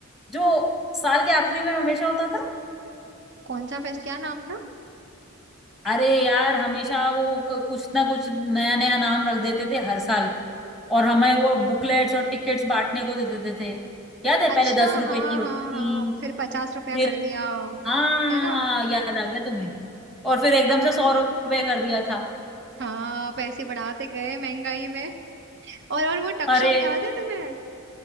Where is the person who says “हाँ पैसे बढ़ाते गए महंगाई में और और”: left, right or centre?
Right